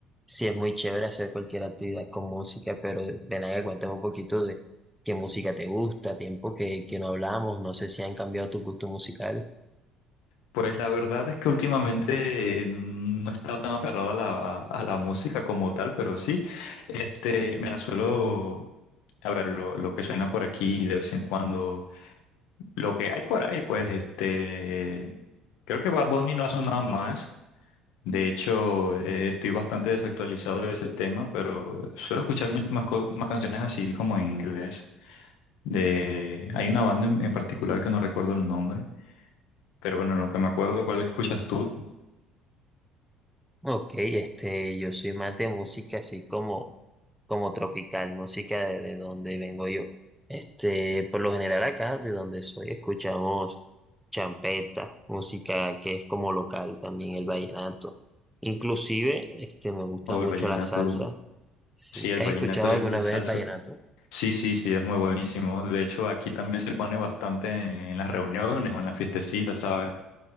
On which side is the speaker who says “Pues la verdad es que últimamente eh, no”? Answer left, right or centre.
Left